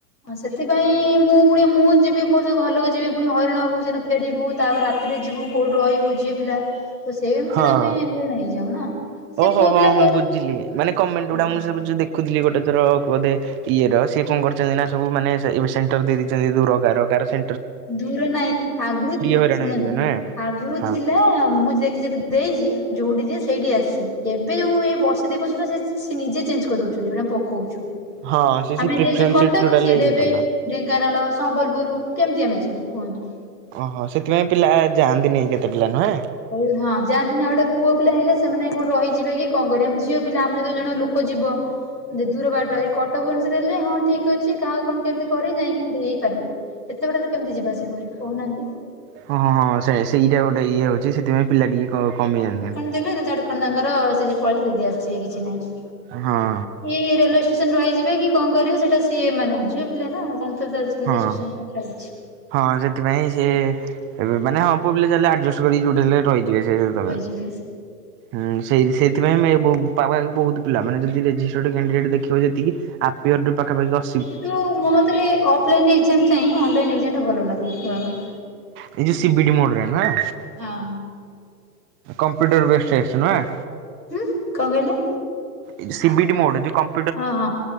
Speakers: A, on the left (about 85°); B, on the right (about 25°).
A: ହଁ ସେଥିପାଇଁ ମୁଁ ପୁଣି ମୁଁ ଯିବି ମୋ ସହ ଘରଲୋକ ଯିବେ ପୁଣି ହଇରାଣ ହବୁ। ଯୋଉ ଦିନ ଫେରିବୁ ତାପରେ ରାତିରେ ଯିବୁ କଉଠି ରହିବୁ ଝିଅ ପିଲା। ତ ସେଇ ଅନୁସାରେ
B: ହଁ।
A: ଆମେ ହଇରାଣ ହେଇଯାଉ ନା। ସେ
B: ଓହୋ
A: ପୁଅ
B: ହଁ
A: ପିଲା
B: ହଁ ବୁଝିଲି ମାନେ କମେଣ୍ଟ
A: ଗଲେ
B: ଗୁଡା ମୁଁ ସବୁ ଯୋଉ ଦେଖୁଥିଲି ଗୋଟେ ଥର ବୋଧେ। ଇଏ ର ସିଏ କଣ କରୁଛନ୍ତି ନା ସବୁ ମାନେ ସେ ଏବି ସେଣ୍ଟର ଦେଇ ଦେଇଛନ୍ତି ଦୂର କାର କାର ସେ
A: ଦୂର ନାଇଁ ଆଗୁରୁ ଥିଲା
B: ହଇରାଣ
A: ଶୁଣନ୍ତୁ
B: ହେଇଯିବେ ନୁହେଁ।
A: ଆଗୁରୁ
B: ହଁ।
A: ଥିଲା ମୁଁ ଯେତେ ଯେ ଦେଇଛି ଯୋଉଠି ଦିଏ ସେଇଠି ଆସେ, ଏବେ ଯୋଉ ଏଇ ବର୍ଷ ଦି ବର୍ଷ ହେଲା ସେ ନିଜେ ଚେଞ୍ଜ କରିଦଉଛନ୍ତି ଯୋଉଠି ଆମେ ପ କଉଛୁ
B: ହଁ ସେ ସେ
A: ଆମେ
B: ପ୍ରିଫରେନ୍ସ
A: ଦେଇଛୁ କଟକ
B: ଟୋଟାଲି
A: ସିଏ ଦେବେ।
B: ଇଏ କରୁନାହାନ୍ତି।
A: ଢେଙ୍କାନାଳ, ସମ୍ବଲପୁରୁ କେମିତି ଆମେ ଯିବୁ କୁହନ୍ତୁ।
B: ଓହୋ ସେଥିପାଇଁ ପିଲା ଯାଆନ୍ତିନି କେତେ ପିଲା ନୁହେଁ।
A: ସେଇ ହଁ ଯାଆନ୍ତିନି ଆଉ ଗୋଟେ ପୁଅ ପିଲା ହେଲେ ସେମାନେ କୋଉଠି ରହିଯିବେ କି କଁ କରିବେ ଆମେ ଝିଅ ପିଲା ଆମ ସହିତ ଜଣେ ଲୋକ ଯିବ। ଯଦି ଦୂର ବାଟ ଏଇ କଟକ ଭୁବନେଶ୍ୱର ହେଲେ ହଁ ଠିକ ଅଛି କାହାକୁ କଣ କେମିତି କରି ଯାଇକିନି ଦେଇହେଇ ପାରିବୁ। ଏତେ ବାଟ ହେଲେ କେମତି ଯିବା ଆସିବା କରିବୁ କହୁନାହାନ୍ତି?
B: ହଁ ହଁ ହଁ ସେ ସେଇଟା ଗୋଟେ ଇଏ ଅଛି ସେଥିପାଇଁ ପିଲା ଟିକେ କ କମି ଯାଆନ୍ତି।
A: ଦେଲୁ ଜେଝା ବାଟେ କଣ ତାଙ୍କର ସେ ଯେ ପଳେଇଲେ ଦେଇ ଦେଇ ଆସିଲେ କିଛି ନାହିଁ।
B: ହଁ।
A: କି ରେଲୱେ ଷ୍ଟେସନ ରେ ରହିଯିବେ କି କଣ କରିବେ ସେଟା ସିଏ ମାନେ ଝିଅ ପିଲା ନା ଜାଣିଥିବେ ତ ଆ କେମତି
B: ହଁ।
A: ସିଚୁଏସନ୍ କଁ ଚାଲିଛି।
B: ହଁ ସେଥିପାଇଁ ସିଏ ଏବେ ମାନେ ହଁ ପୁଅ ପିଲା ଚାହିଁଲେ ଆଡଜେଷ୍ଟ କରିକି ଯୋଉଠି ହେଲେ ରହିଯିବେ। <unintelligible>
A: ରହିଯିବେ।
B: ହୁଁ ସେଇ ସେଇଥିପାଇଁ ମାନେ ବ ପାୱାର ରେ ବହୁତ ପିଲା ମାନେ ଯଦି ରେଜିଷ୍ଟର୍ଡ କ୍ୟାଣ୍ଡିଡେଟ୍ ଦେଖିବ ଯେତିକି। ଆପିଅରଡ୍ ପାଖାପାଖି ଅ
A: କିନ୍ତୁ ମୋ ମତରେ ଅଫଲାଇନ ଏକ୍ଜାମ ଚାଁହି ଅନଲାଇନ ଏକ୍ଜାମ ଟା ଭଲ ଲାଗେ ଦବାପାଇଁ।
B: ଏଇ ଯୋଉ ସିିବିଟି ମୋଡରେ ନୁହେଁ।
A: ହଁ।
B: କମ୍ପ୍ୟୁଟର ବେସ୍ ଟେଷ୍ଟ ନୁହେଁ।
A: ହୁଁ କଁ କହିଲେ?
B: ଏଇ ଯୋ ସିବିଡି ମୋଡ ଯୋ କମ୍
A: ହଁ ହଁ